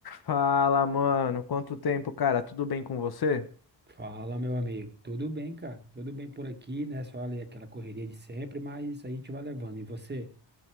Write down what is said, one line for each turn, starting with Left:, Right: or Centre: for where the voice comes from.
Left: Fala, mano. Quanto tempo, cara? Tudo bem com você?
Right: Fala, meu amigo. Tudo bem, cara? Tudo bem por aqui, né? Só ali aquela correria de sempre, mas aí a gente vai levando. E você?